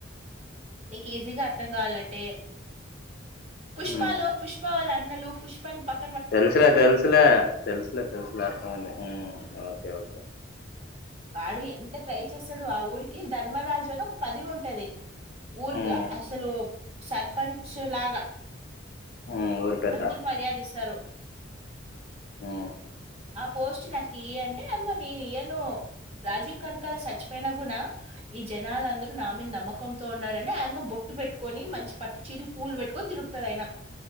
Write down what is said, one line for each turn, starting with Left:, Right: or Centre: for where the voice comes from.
Right: నీకు ఈజీగా అర్థం కావాలంటే పుష్పాలో
Left: మ్
Right: పుష్పవాళ్ళ అన్నలు పుష్పాని పక్క
Left: తెలుసులే తెలుసులే తెలుసులే తెలుసులే అర్థం మైన్నది మ్ ఓకే ఓకే
Right: వాడు ఎంత ట్రై చేస్తాడు ఆ ఊరికి ధర్మరాజు అని ఒక పదవి ఉంటది ఊరిగా
Left: మ్
Right: అసలు సర్పంచ్ లాగా
Left: మ్ ఊరి పెద్ద
Right: అందరు మర్యాద ఇస్తారు
Left: హ్మ్.
Right: ఆ పోస్ట్ నాకు ఇయ్ అంటే అమ్మ నేను ఇయ్యను రాజీవ్ కనకాల సచ్చిపోన గుణ ఈ జనలంనదరు నా మీద నమ్మకంతో ఉన్నారని ఆయమ్మ బొట్టు పెట్టుకొని మంచి పట్టు చీర్ పూలు పెట్టుకో తిరుగుతది అయినా